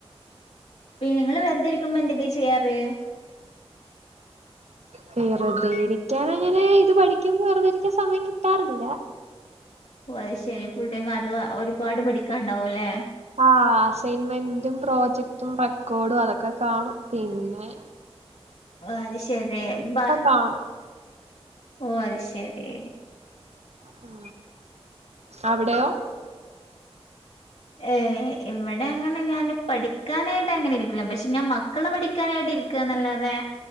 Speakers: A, on the left; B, on the right.
A: പ്പഈ നിങ്ങള് വെറുതെരിക്കുമ്പോ എന്തൊക്കെയാ ചെയ്യാറ്
B: വെറുതെയിരിക്കാനങ്ങനെ ഇത് പഠിക്കുമ്പോ വെറുതെയിരിക്കാൻ സമയം കിട്ടാറില്ല
A: ഓ അത് ശെരി ഫുൾ ടൈം അത് ഒരുപാട് പഠിക്കാണ്ടാവുംല്ലേ
B: ആ അസൈൻമെന്റും പ്രോജക്ടും റെക്കോഡും അതൊക്കെക്കാണും പിന്നെ
A: അത് ശെരി ബ
B: ആഹ്
A: ഓ അത് ശരി
B: ഉം അവിടെയോ?
A: ഏഹ് ഇവിടെ അങ്ങനെ ഞാൻ പഠിക്കാനായിട്ട് അങ്ങനെ ഇരിക്കൂല, പക്ഷെ ഞാൻ മക്കളെ പഠി ക്കാനായിട്ട് ഇരിക്കാനല്ലാതെ.